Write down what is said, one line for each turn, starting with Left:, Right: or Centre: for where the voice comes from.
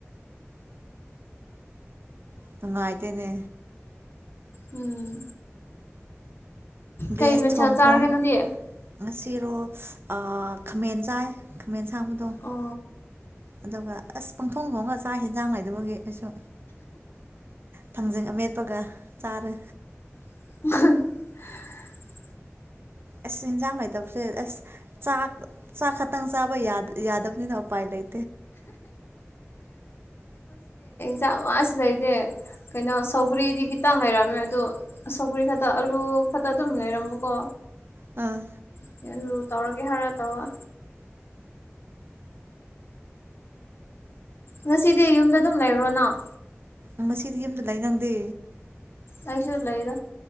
Right: ꯅꯨꯡꯉꯥꯏꯇꯦꯅꯦ
Left: ꯎꯝ
Right: ꯒ꯭ꯌꯥꯁ
Left: ꯀꯩ ꯃꯊꯦꯜ
Right: ꯊꯣꯡ
Left: ꯆꯥꯔꯒꯦ
Right: ꯊꯣꯡ
Left: ꯅꯪꯗꯤ
Right: ꯉꯁꯤꯔꯣ ꯑꯥ ꯈꯥꯃꯦꯟ ꯆꯥꯏ ꯈꯥꯃꯦꯟ ꯁꯥꯡꯕꯗꯣ
Left: ꯑꯣ
Right: ꯑꯗꯨꯒ ꯑꯁ ꯄꯪꯊꯣꯡ ꯊꯣꯡꯉ ꯆꯥꯛ ꯍꯦꯟꯖꯥꯡ ꯂꯩꯗꯕꯒꯤ ꯑꯩꯁꯨ ꯊꯥꯡꯖꯤꯡ ꯑꯃꯦꯠꯄꯒ ꯆꯥꯔꯦ
Left: <unintelligible>
Right: ꯑꯁ ꯌꯦꯟꯖꯥꯡ ꯂꯩꯇꯕꯁꯦ ꯑꯁ ꯆꯥꯛ ꯆꯥꯛ ꯈꯇꯪ ꯆꯥꯕ ꯌꯥ ꯌꯥꯗꯕꯅꯤꯅ ꯎꯄꯥꯏ ꯂꯩ
Left: ꯅꯥꯝꯃꯁꯨ ꯂꯩꯇꯦ ꯀꯩꯅꯣ ꯁꯧꯒ꯭ꯔꯤꯗꯤ ꯈꯤꯇꯪ ꯂꯩꯔꯝꯃꯦ ꯑꯗꯣ ꯁꯧꯒ꯭ꯔꯤ ꯈꯛꯇ ꯑꯂꯨ ꯈꯛꯇ ꯑꯗꯨꯝ ꯂꯩꯔꯝꯕꯀꯣ
Right: ꯑ
Left: <unintelligible> ꯇꯧꯔꯒꯦ ꯍꯥꯏꯔ ꯇꯧꯋꫭ ꯉꯁꯤꯗꯤ ꯌꯨꯝꯗ ꯗꯨꯝ ꯂꯩꯕ꯭ꯔꯣ ꯅꯪ
Right: ꯉꯁꯤꯗꯤ ꯌꯨꯝꯗ ꯂꯩ ꯅꯪꯗꯤ
Left: ꯑꯩꯁꯨ ꯂꯩꯌꯦꯗ